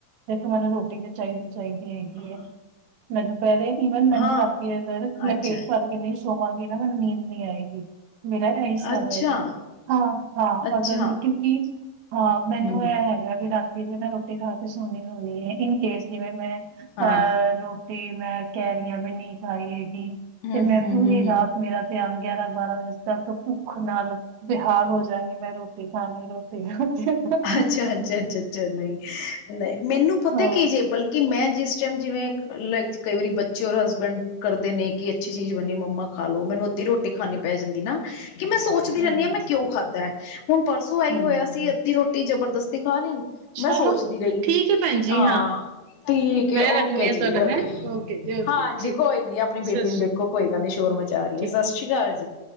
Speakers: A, on the right; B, on the left.
A: ਇੱਕ ਵਾਰੀ ਰੋਕ ਚਾਹੀਦੀ ਚਾਹੀਦੀ ਹੈਗੀ
B: ਹਾਂ
A: ਏ । ਮੈ ਤੋ ਬੈਰੇ ਈਵਨ ਮੈਨੂੰ
B: ਹਾਂ
A: ਰਾਤੀ ਅਗਰ ਮੈਂ
B: ਅੱਛਾ
A: ਪੇਟ ਭਰ ਕੇ ਨਹੀਂ ਸੌਵਾਂਗੀ ਨਾ ਮੈਨੂੰ ਨੀਂਦ ਨਹੀਂ ਆਏਗੀ। ਮੇਰਾ ਤਾਂ ਹਿਸਾਬ
B: ਅੱਛਾ
A: ਏ ਵੇ। ਹਾਂ ਹਾਂ,
B: ਅੱਛਾ
A: ਅਗਰ, ਕਿਉਂਕਿ ਹਾਂ ਮੈਨੂੰ
B: ਹਮ
A: ਇਹ ਹੈਗਾ ਵੀ ਰਾਤ ਮੈਂ ਰੋਟੀ ਖਾ ਕੇ ਸੋਹਣੀ ਸੋਹਣੀ ਹੈ ਇਨਕੇਸ ਜਿਵੇਂ ਮੈਂ
B: ਹਾਂ
A: ਅਹ ਰੋ ਮੈਂ ਕੈਰੀਆਂ ਵੀ ਨ ਖਾਈ ਹੈਗੀ
B: ਹਮ
A: ਤੇ ਮੈਂ
B: ਹਮ
A: ਪੂਰੀ
B: ਹਮ ਹਮ
A: ਰਾਤ ਮੇਰਾ। ਨ ਗਿਆਰਾਂ ਬਾਰਾਂ ਵਜੇ ਤੱਕ ਭੁੱਖ ਨਾਲ ਵਿਹਾਲ ਹੋ ਜਾਗੀ ਮੈਂ ਰੋਟੀ ਖਾਣੀ ਰੋਟੀ ਖਾਣੀ।
B: ਅੱਛਾ ਅੱਛਾ ਅੱਛਾ ਅੱਛਾ ਨਹੀਂ ਨਹੀਂ ਮੈਨੂੰ ਪੁਤਾ
A: ਹਾਂ
B: ਕੀ ਜੇ ਬਲਕਿ ਮੈਂ ਇਸ ਟਾਈਮ ਜਿਵੇਂ ਲਾਈ ਕਈ ਵਾਰੀ ਬੱਚੇ ਔਰ ਹਸਬੈਂਡ ਕਰਦੇ ਨੇ ਕਿ ਅੱਛੀ ਚੀਜ਼ ਬਣੀ ਮੰਮਾ ਖਾ ਲੋ ਮੈਨੂੰ ਉਦੀ ਰੋਟੀ ਖਾਣੀ ਪੈ ਜਾਂਦੀ ਨਾ। ਕਿ ਮੈਂ ਸੋਚਦੀ
A: ਹੂੰ,
B: ਰਹਿੰਦੀ ਹਾਂ ਮੈਂ ਕਿਉਂ ਖਾਧਾ ਹੁਣ ਪਰਸੋਂ ਆਈ
A: ਹੂੰ।
B: ਹੋਇਆ ਸੀ ਅੱਧੀ ਰੋਟੀ ਜਬਰਦਸਤੀ ਖਾ ਲਈ।
A: ਚਲੋ
B: ਮੈਂ ਸੋਚਦੀ ਰਹੀ
A: ਠੀਕ ਹੈ ਭੈਣ ਜੀ
B: ਹਾਂ। ਠੀਕ
A: ਮੈਂ
B: ਹੈ
A: ਰੱਖਣੀ
B: ਓਕੇ
A: ਆ
B: ਜੀ
A: ਤੁਹਾਨੂੰ
B: ਓਕੇ
A: ਹੈਂ ਓਕੇ ਜੀ ਓਕੇ
B: ਹਾਂਜੀ
A: ਠੀਕ
B: ਕੋਈ
A: ਹੈ।
B: ਨੀ ਆਪਣੀ
A: ਸਤਿ
B: ਬੇਟੀ
A: ਸ਼੍ਰੀ
B: ਨੂੰ ਦੇਖੋ
A: ਅਕਾਲ
B: ਕੋਈ ਗੱਲ ਨੀ ਸ਼ੋਰ ਹੈ
A: ਠੀਕ
B: ਸਤਿ ਸ਼੍ਰੀ ਅਕਾਲੀ।